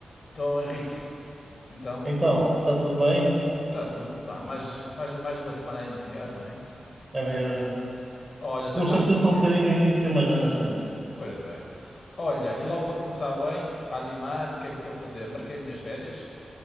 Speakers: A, on the left (about 50°); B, on the right (about 25°).
A: Estou, Henrique. Então,
B: Então, está tudo bem?
A: está tudo, pá. Mais, mais, mais uma semana a iniciar, não é?
B: É mesmo.
A: Olha, estava
B: Custa
A: aqui.
B: sempre um bocadinho no início, mas anda sempre.
A: Pois é. Olha, e logo para começar bem, para animar, o que é que estou a fazer? Marquei as minhas férias.